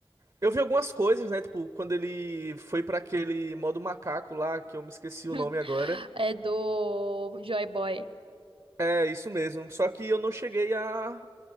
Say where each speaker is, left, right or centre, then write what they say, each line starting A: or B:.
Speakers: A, on the right; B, on the right.
A: Eu vi algumas coisas, né? Tipo, quando ele foi pra aquele modo macaco lá, que eu me esqueci
B: <laughs>
A: o nome agora.
B: É do Joy Boy.
A: É, isso mesmo. Só que eu não cheguei a